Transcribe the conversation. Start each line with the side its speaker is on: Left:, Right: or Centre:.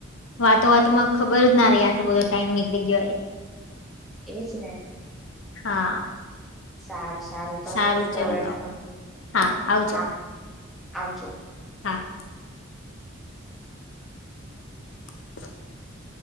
Left: વાતો વાતોમાં ખબર જ ના રહી આટલો બધો ટાઈમ નીકળી ગયો એ
Centre: એજ ને
Left: હા
Centre: સારું તાર ત
Left: સારું
Centre: મૂકું
Left: ચલો
Centre: હવે
Left: તો
Centre: ફોન
Left: હા આવજો
Centre: હા આવજો.
Left: હા <unintelligible>